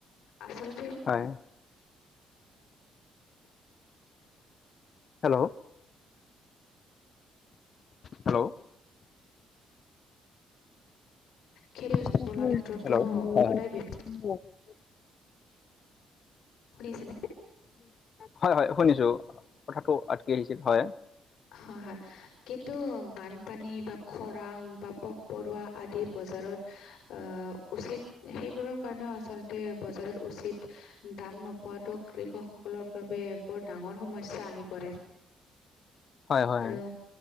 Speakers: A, on the left (about 85°); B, on the left (about 50°).
A: আচলতে।
B: হয়। হেল্ল'। হেল্ল'
A: খেতিৰ
B: <unintelligible>
A: যন্ত্ৰ লোৱাৰ ক্ষেত্ৰতো সদায় ব্যয় শুনিছেনে?
B: হয় হয় শুনিছো, কথাটো আটকি আহিছিল হয়।
A: হয় হয় কিন্তু বানপানী বা খৰাং বা পোক পৰুৱা আদি বজাৰত। অ' উচিত। সেইবোৰৰ কাৰণেও আচলতে বজাৰত উচিত দাম নোপোৱাাতটো কৃষকসকলৰ। বাবে বৰ ডাঙৰ সমস্যা আহি পৰে।
B: হয় হয়
A: আৰু।